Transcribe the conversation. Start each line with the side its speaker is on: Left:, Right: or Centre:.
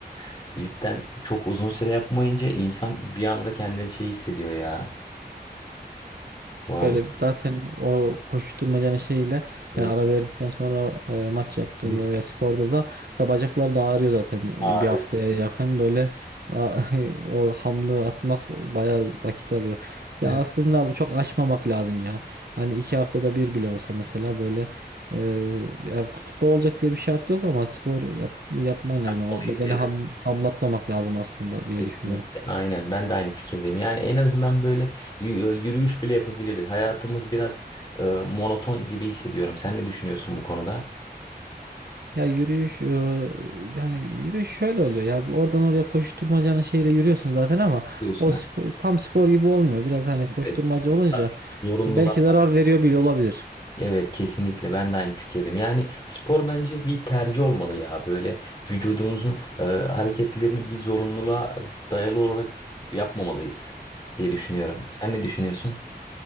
Left: <laughs> Cidden çok uzun süre yapmayınca insan bir anda kendini şey hissediyor ya. Vallahi
Right: Böyle zaten o koşuşturmacanın şeyiyle
Left: evet,
Right: yani ara verdikten sonra e, maç yaptığında
Left: bir
Right: veya sporda da ya bacakları da ağrıyor zaten e,
Left: ağrı.
Right: bir haftaya yakın böyle a- <laughs> o hamlığı atmak bayağı vakit alıyor. Ya
Left: Aynen.
Right: aslında bu çok aşmamak lazım ya. Hani iki haftada bir bile olsa mesela böyle e, ya futbol olacak diye bir şart yok ama spor yap, yapman lazım.
Left: Yapmalıyız.
Right: O bedeni
Left: Evet.
Right: ham, hamlatmamak lazım aslında diye
Left: Kesinlikle.
Right: düşünüyorum.
Left: Aynen. Ben de aynı fikirdeyim. Yani en azından böyle yü- e, yürüyüş bile yapabiliriz. Hayatımız biraz e, monoton gibi hissediyorum. Sen ne düşünüyorsun bu konuda?
Right: Ya yürüyüş e, yani yürüyüş şöyle oluyor ya oradan oraya koşturmacanın şeyle yürüyorsun zaten ama
Left: Diyorsun.
Right: o spo- tam spor gibi olmuyor. Biraz hani koşturmaca
Left: Evet.
Right: olunca
Left: Daha çok zorunlular
Right: belki zarar veriyor bile olabilir.
Left: Evet kesinlikle ben de aynı fikirdim. Yani spor bence bir tercih olmalı ya. Böyle vücudumuzun e, hareketlerini bir zorunluluğa dayalı olarak yapmamalıyız diye düşünüyorum. Sen ne düşünüyorsun?